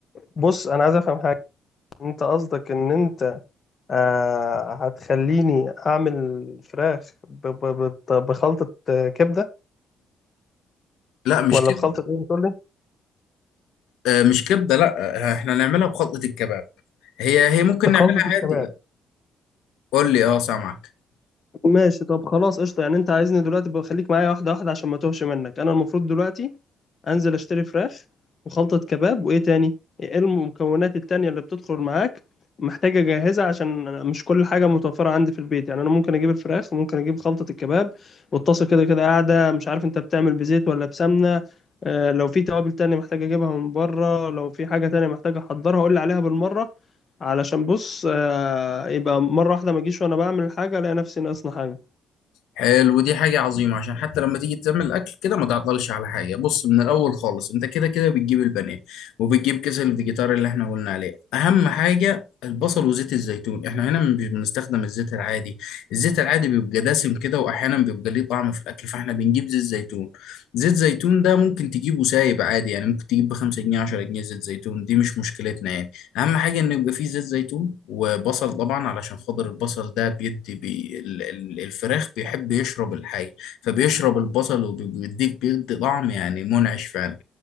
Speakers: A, on the left; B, on the left.
A: بص انا عايز افهم حاجه انت قصدك ان انت آه هتخليني اعمل فراخ ب- ب- بت- بخلطه آه، كبده
B: لا مش
A: ولا
B: كده
A: بخلطه ايه بتقول لي
B: آه، مش كبده لا آه، احنا نعملها بخلطه الكباب هي هي ممكن
A: بخلطه
B: نعملها عادي
A: الكباب
B: قول لي اه سامعك
A: ماشي طب خلاص قشطه يعني انت عايزني دلوقتي بخليك معايا واحده واحده عشان ما توهش منك انا المفروض دلوقتي انزل اشتري فراخ وخلطة كباب وايه تاني ايه المكونات التانية اللي بتدخل معاك محتاجة اجهزها عشان أنا مش كل حاجة متوفرة عندي في البيت يعني انا ممكن اجيب الفراخ وممكن اجيب خلطة الكباب والطاسة كده كده قاعدة مش عارف انت بتعمل بزيت ولا بسمنة آه، لو في توابل تانية محتاج اجيبها من بره لو في حاجة تانية محتاج احضرها قول لي عليها بالمرة علشان بص آه، يبقى مرة واحدة ما اجيش وانا بعمل حاجة الاقي نفسي ناقصنا حاجة
B: حلو دي حاجه عظيمه عشان حتى لما تيجي تعمل الاكل كده ما تعطلش على حاجه بص من الاول خالص انت كده كده بتجيب البانيه وبتجيب كيس الفيجيتار اللي احنا قلنا عليه اهم حاجه البصل وزيت الزيتون احنا هنا مش بنستخدم الزيت العادي الزيت العادي بيبقى دسم كده واحيانا بيبقى ليه طعم في الاكل فاحنا بنجيب زيت زيتون زيت زيتون ده ممكن تجيبه سايب عادي يعني ممكن تجيب ب 5 جنيه 10 جنيه زيت زيتون دي مش مشكلتنا يعني اهم حاجه انه يبقى فيه زيت زيتون وبصل طبعا علشان خاطر البصل ده بيدي بي ال- ال- الفراخ بيحب يشرب الحاجه فبيشرب البصل وبيديك بيدي طعم يعني منعش فعلا